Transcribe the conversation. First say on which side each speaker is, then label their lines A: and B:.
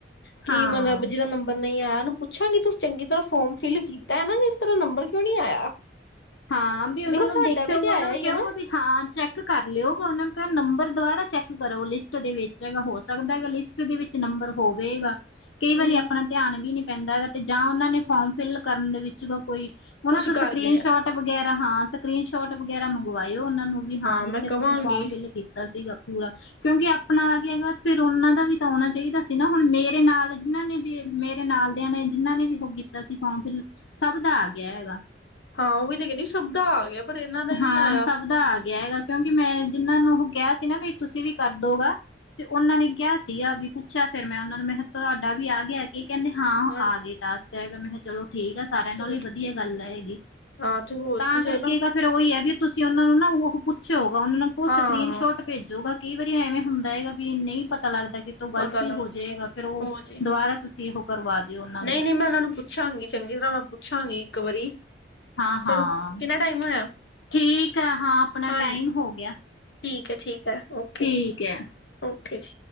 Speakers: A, on the left; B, on the left.
A: ਕੀ
B: ਹਾਂ
A: ਮਤਲਬ ਜੀਦਾ ਨੰਬਰ ਨਹੀਂ ਆਇਆ। ਮੈਨੂੰ ਪੁੱਛਾਂਗੀ ਤੂੰ ਚੰਗੀ ਤਰ੍ਹਾਂ ਫੋਰਮ ਫਿਲ ਕੀਤਾ ਏ, ਨਾ ਜਿਹੜਾ ਤੇਰਾ ਨੰਬਰ ਕਿਉਂ ਨੀ ਆਇਆ।
B: ਹਾਂ ਵੀ ਉਹਨਾਂ
A: ਦੇਖੋ
B: ਨੂੰ
A: ਸਾਡਾ
B: ਦੇਖਊਗਾ
A: ਵੀ ਤੇ ਆਇਆ
B: ਉਹਨਾਂ ਨੂੰ
A: ਹੀ
B: ਕਹਊਗਾ
A: ਹੈ ਨਾ
B: ਵੀ ਹਾਂ, ਚੈਕ ਕਰ ਲਿਓਗਾ ਉਹਨਾਂ ਨੂੰ ਕਹ ਨੰਬਰ ਦੁਬਾਰਾ ਚੈੱਕ ਕਰੋ, ਲਿਸਟ ਦੇ ਵਿੱਚ ਹੈਗਾ ਹੋ ਸਕਦਾ ਹੈਗਾ, ਲਿਸਟ ਦੇ ਵਿੱਚ ਨੰਬਰ ਹੋਵੇਗਾ। ਕਈ ਵਾਰੀ
A: ਹਮ
B: ਆਪਣਾ ਧਿਆਨ ਵੀ ਨੀ ਪੈਂਦਾ ਹੈਗਾ ਤੇ ਜਾਂ ਉਹਨਾਂ ਨੇ ਫੋਰਮ ਫਿਲ ਕਰਨ ਦੇ ਵਿੱਚ ਕੋਈ ਉਹਨਾਂ
A: ਕੁਛ
B: ਤੋਂ ਸਕਰੀਨ
A: ਕਰ ਗਏ
B: ਸ਼ੋਟ
A: ਆ
B: ਵਗੈਰਾ ਹਾਂ ਸਕਰੀਨ ਸ਼ੋਟ ਵਗੈਰਾ ਮੰ ਗਵਾਇਓ ਉਹਨਾਂ ਨੂੰ ਵੀ ਹਾਂ ਜਿੱਥੇ
A: ਮੈਂ ਕਵਾਂਗੀ
B: ਤੁਸੀਂ ਫੋਰਮ ਫਿਲ ਕੀਤਾ ਸੀਗਾ। ਪੂਰਾ ਕਿਉਂਕਿ ਆਪਣਾ ਆ ਗਿਆ ਹੈਗਾ ਫਿਰ ਉਹਨਾਂ ਦਾ ਵੀ ਤਾਂ ਆਣਾ ਚਾਹੀਦਾ ਸੀ, ਨਾ ਹੁਣ ਮੇਰੇ ਨਾਲ ਜਿਹਨਾਂ ਨੇ ਵੀ ਮੇਰੇ ਨਾਲ ਦਿਆਂ ਨੇ ਜਿਨਾਂ ਨੇ ਵੀ ਉਹ ਕੀਤਾ ਸੀ ਫੋਮ ਫਿਰ, ਸਭ ਦਾ ਆ ਗਿਆ ਹੈਗਾ।
A: ਹਾਂ ਉਹ ਵੀ ਤੇ ਕਹਿੰਦੀ ਸਭ ਦਾ ਆ ਗਿਆ। ਪਰ ਇਹਨਾਂ ਦਾ ਹੀ ਨਹੀਂ
B: ਹਾਂ
A: ਆਇਆ
B: ਸਭ ਦਾ ਆ ਗਿਆ ਹੈਗਾ। ਕਿਉਂਕਿ ਮੈਂ ਜਿਹਨਾਂ ਨੂੰ ਉਹ ਕਿਹਾ ਸੀ ਨਾ ਵੀ ਤੁਸੀਂ ਵੀ ਕਰਦੋਗਾ ਤੇ ਉਹਨਾਂ ਨੇ ਕਿਹਾ ਸੀਗਾ ਵੀ ਪੁੱਛਿਆ ਫੇਰ ਮੈਂ ਉਹਨਾਂ ਨੂੰ ਮੈਂ ਕਿਹਾ ਤੁਹਾਡਾ ਵੀ ਆ ਗਿਆ ਕਿ ਕਹਿੰਦੇ ਹਾਂ
A: ਹਾਂਜੀ
B: ਆ ਗਈ ਟਾਸਕ ਮੈਂ ਚਲੋ ਠੀਕ ਆ ਸਾਰਿਆਂ
A: ਚਲੋ
B: ਨਾਲ ਹੀ ਵਧੀਆ ਗੱਲ ਹੈਗੀ
A: ਹਾਂ ਤੇ ਹੋਰ
B: ਤਾਂ
A: ਕੀ ਚਲੋ
B: ਕਰਕੇ ਇ ਗੱਲ ਵੀ ਤੁਸੀਂ ਉਹਨਾਂ ਨੂੰ ਨਾ ਉਹ ਪੁੱਛ ਹੋਗਾ ਉਹਨਾਂ ਨੂੰ ਕੋ
A: ਹਾਂ
B: ਸਕਰੀਨ ਸ਼ੋਟ ਭੇਜੂਗਾ। ਕਈ ਵਾਰੀ ਐਵੇਂ ਹੁੰਦਾ ਹੈਗਾ ਵੀ ਨਹੀਂ ਪਤਾ ਲੱਗਦਾ। ਕਿ ਤੋਂ ਗ਼ਲਤੀ
A: ਪਤਾ ਲੱਗਦਾ
B: ਹੋ ਜਾਏਗਾ ਫਿਰ ਉਹ
A: ਹੋ ਜੇ,
B: ਦੁਬਾਰਾ ਤੁਸੀਂ ਉਹ ਕਰਵਾ ਦਿਓ ਉਹਨਾਂ
A: ਨਹੀਂ-ਨਹੀਂ
B: ਨੂੰ
A: ਮੈਂ ਉਹਨਾਂ ਨੂੰ ਪੁੱਛਾਂਗੀ ਚੰਗੀ ਤਰ੍ਹਾਂ ਮੈਂ ਪੁੱਛਾਂਗੀ। ਇੱਕ ਵਾਰੀ
B: ਹਾਂ-ਹਾਂ
A: ਚਲੋ ਕਿੰਨਾ ਟਾਈਮ ਹੋਇਆ
B: ਠੀਕ ਆ ਹਾਂ ਆਪਣਾ
A: ਹਾਂਜੀ
B: ਟਾਈਮ ਹੋ ਗਿਆ।
A: ਠੀਕ ਓਕੇ
B: ਠੀਕ
A: ਜੀ
B: ਹੈ
A: ਓਕੇ। <unintelligible>